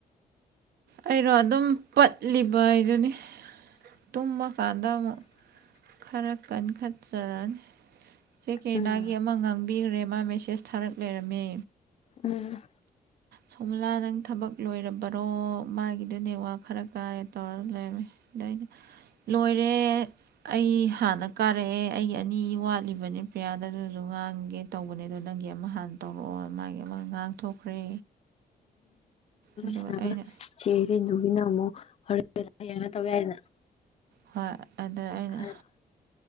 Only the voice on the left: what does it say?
ꯎꯝ
ꯎꯝ
ꯁꯅꯕ
ꯁꯤ ꯅꯨꯃꯤꯅ ꯑꯃꯨ ꯍ ꯌꯦꯅ ꯇꯧꯕ ꯍꯥꯏꯗ
ꯈꯔ